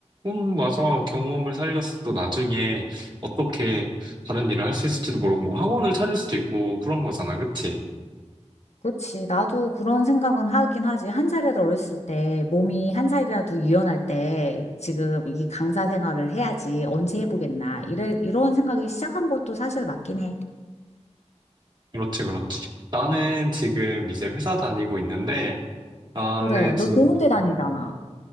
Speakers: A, on the right; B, on the left.
A: 음, 맞아. 경험을 살려서 또 나중에 어떻게 다른 일을 할 수 있을지도 모르고 뭐 학원을 차릴 수도 있고 그런 거잖아. 그치?
B: 그치. 나도 그런 생각은 하긴 하지. 한 살이라도 어렸을 때, 몸이 한 살이라도 유연할 때, 지금 이 강사 생활을 해야지. 언제 해보겠나. 이래, 이런 생각이 시작한 것도 사실 맞긴 해.
A: 그렇지, 그렇지. 나는 지금 이제 회사 다니고 있는데, 나는
B: 그래.
A: 지금,
B: 너 좋은 데 다니잖아.